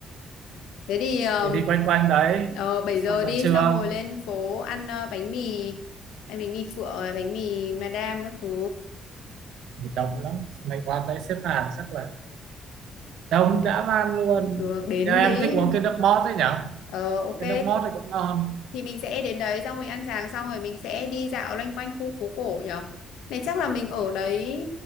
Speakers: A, on the left (about 85°); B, on the right (about 75°).
A: thế thì um,
B: thì đi quanh quanh đấy
A: ờ, 7
B: xong
A: giờ
B: rồi
A: đi
B: trưa
A: xong rồi lên phố ăn ờ, bánh mì ăn bánh mì phượng rồi bánh mì madam các thứ
B: đông lắm mày qua tới xếp hàng chắc là đông
A: <laughs>
B: dã man luôn
A: được đến
B: Nhưng em
A: đấy
B: thích uống cái nước mót ấy nhở
A: ờ ok
B: cái nước mót thì cũng ngon
A: thì mình sẽ đến đấy xong mình ăn sáng xong rồi mình sẽ đi dạo loanh quanh khu phố cổ nhở này chắc là mình ở đấy